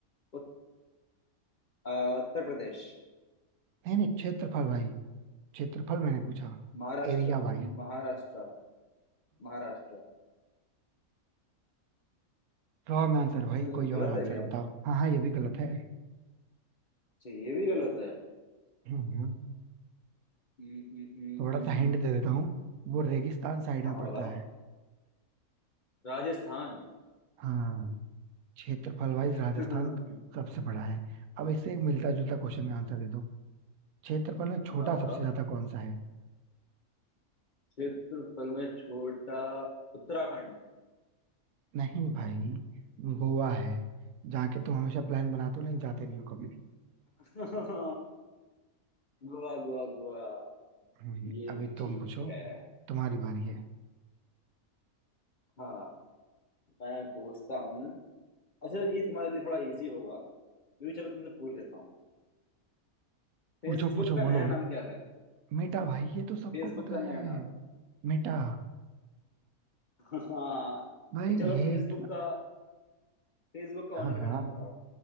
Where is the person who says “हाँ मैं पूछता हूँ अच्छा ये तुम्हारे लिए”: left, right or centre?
Left